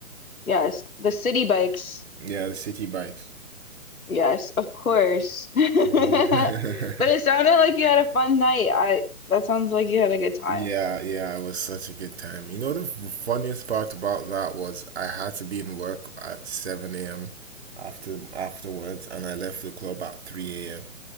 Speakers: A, on the left; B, on the right.
A: yes, the city bikes.
B: yeah, the city bikes.
A: Yes, of course. <laughs>
B: <laughs>
A: But it sounded like you had a fun night. I that sounds like you had a good time.
B: Yeah, yeah, it was such a good time. You know, the funniest part about that was I had to be in work at 7 a.m. after afterwards, and I left the club at 3 a.m.